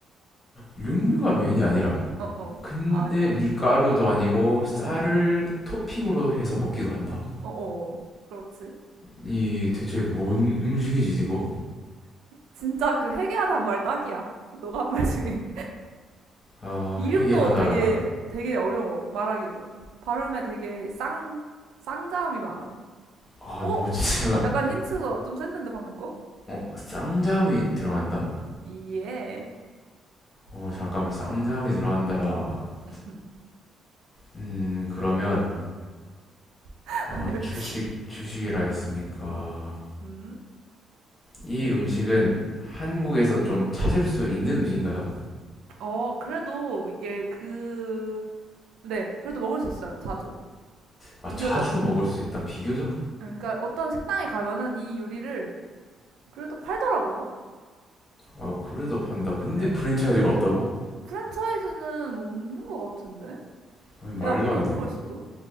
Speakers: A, on the left; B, on the right.
A: 육류가 메인이 아니라.
B: 어, 어.
A: 근데
B: 아니야.
A: 밀가루도 아니고 쌀을
B: 음, 음.
A: 토핑으로 해서 먹기도 한다.
B: 어, 어. 어. 그렇지.
A: 이 대체 뭔 음식이지 이거?
B: 진짜 그 회개하다는 말 딱이야. 너가 한 말 중에.
A: 아
B: 이름도
A: 회개하다라.
B: 되게 되게 어려워 말하기도 발음에 되게 쌍 쌍자음이 많아.
A: 아
B: 어?
A: 뭐지? 제가.
B: 약간 힌트가 좀 셌는데 방금 거?
A: 어 쌍잠이 들어간다?
B: 예.
A: 어, 잠깐만, 쌍잠이 들어간다라.
B: 음, 음.
A: 음, 그러면,
B: <laughs>
A: 아, 주식, 주식이라 했으니까.
B: 음, 음.
A: 이 음식은 한국에서 좀 찾을 수 있는 음식인가요?
B: 어 그래도 이게 그 네, 그래도 먹을 수 있어요 자주
A: 아,
B: 비교적.
A: 자주 먹을 수 있다, 비교적?
B: 응, 그러니까 어떤 식당에 가면은 이 요리를 그래도 팔더라고요.
A: 아, 그래도 판다. 근데
B: 네.
A: 프랜차이즈가 없다고?
B: 프랜차이즈는 없는 것 같은데?
A: 아니,
B: 내가
A: 말도
B: 모르는
A: 안 돼.
B: 걸 수도?